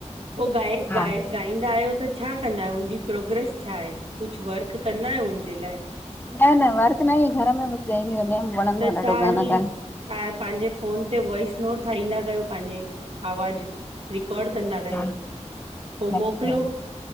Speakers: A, on the right (about 55°); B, on the left (about 15°).
A: पो गाए
B: हा
A: गाए गाईंदा आहियो त छा कंदा आहियो उनजी प्रोग्रेस छा आहे? कुछ वर्क कंदा आहियो हुनजे लाइ?
B: न न वर्क न घर में बस गाईंदी रहंदी आहियां। वणंदो
A: त
B: आ ॾाढो
A: तंहा
B: गाना
A: हिअ
B: ॻाइण।
A: हाँ पाहिंजे फ़ोन ते वॉइस नोट ठाहींदा कयो पाहिंजे आवाज़ रिकॉर्ड कंदा कयो।
B: हा
A: पो
B: अच्छा
A: मोकल्यो,